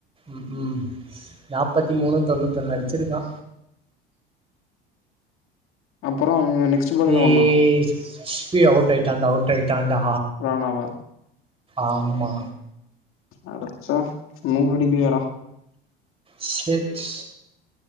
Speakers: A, on the right (about 20°); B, on the left (about 45°).
A: ம் ம் நாப்பத்தி மூணு தொண்ணூத்தி ஒன்னு அடிச்சிருக்கா
B: அப்புறோ இவ நெக்ஸ்ட் பால்
A: பெஸ்
B: என்ன பண்ணா
A: ச் அவுட் ஆய்ட்டான்டா அவுட் டாண்டா
B: ராணாவா
A: ஆமா
B: அடுச்சா நூறு <unintelligible>
A: செட்